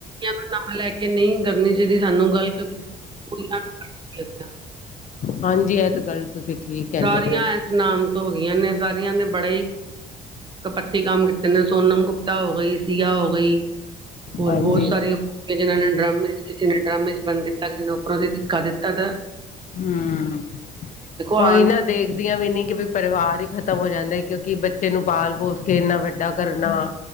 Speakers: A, on the right; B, on the left.
A: ਨ ਲੈ ਕੇ ਨਹੀਂ ਕਰਨੀ ਚਾਹੀਦੀ ਸਾਨੂੰ ਗੱਲ। <unintelligible>
B: ਹਾਂਜੀ ਐ ਤੇ ਗੱਲ ਤੁਸੀਂ ਠੀਕ ਕਹਿੰਦੇ
A: ਸਾਰੀਆਂ
B: ਪਏ ਹੋ
A: ਏਸ ਨਾਮ ਤੋਂ ਹੋਗੀਆਂ ਨੇ, ਸਾਰੀਆਂ ਨੇ ਬੜੇ ਈ ਕਪੱਤੀ ਕੰਮ ਕੀਤੇ ਨੇ, ਸੋਨਮ ਗੁਪਤਾ ਹੋ ਗਈ, ਸੀਆ ਹੋ ਗਈ, ਹੋਰ
B: ਹਾਂਜੀ।
A: ਬਹੁਤ ਸਾਰੀ ਜਿਨ੍ਹਾਂ ਨੇ ਡਰਮ ਵਿਚ, ਕਿਸੇ ਨੇ ਡਰਮਜ਼ ਬੰਦ ਕੀਤਾ। ਕਿਸੇ ਨੇ ਉੱਪਰੋਂ ਦੀ ਧੱਕਾ ਦਿੱਤਾ ਗਾ।
B: ਹੂੰ,
A: ਆਉਣ
B: ਉਹੀ ਨਾ ਦੇਖਦੀਆਂ ਵੀ ਨਹੀਂ, ਕਿ ਵੀ ਪਰਿਵਾਰ ਹੀ ਖਤਮ ਹੋ ਜਾਂਦਾ। ਕਿਉਂਕਿ ਬੱਚੇ ਨੂੰ ਪਾਲ ਪੋਸ ਕੇ ਇੰਨਾ ਵੱਡਾ ਵੱਡਾ ਕਰਨਾ।